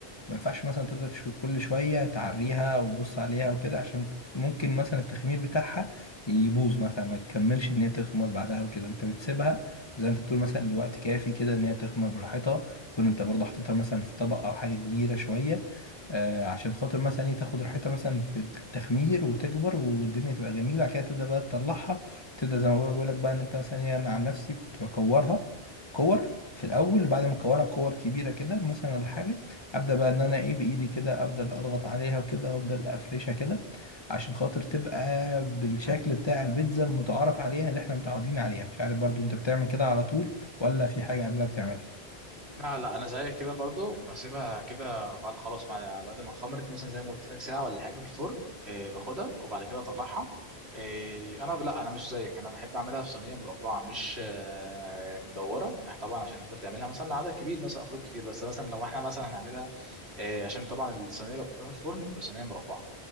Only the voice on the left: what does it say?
ما ينفعش مثلا تفضل شو- كل شويه تعريها وتبص عليها وكده عشان ممكن مثلا التخمير بتاعها يبوظ مثلا ما تكملش ان هي تخمر بعدها وكده انت بتسيبها زي ما انت بتقول مثلا لوقت كافي كده ان هي تخمر براحتها كون انت برضه حطيتها مثلا في طبق او حاجه كبيره شويه آه، عشان خاطر مثلا ايه تاخد راحتها مثلا في التخمير وتكبر والدنيا تبقى جميله بعد كده تبدا بقى تطلعها تبدا زي ما بقى بقول لك بقى ان انت مثلا ايه انا عن نفسي كنت بكورها كور في الاول وبعد ما اكورها كور كبيره كده مثلا ولا حاجه ابدا بقى ان انا ايه بايدي كده افضل اضغط عليها وكده وافضل افرشها كده عشان خاطر تبقى بالشكل بتاع البيتزا المتعارف عليها اللي احنا متعودين عليها مش عارف برضو انت بتعمل كده على طول ولا في حاجه قبلها بتعملها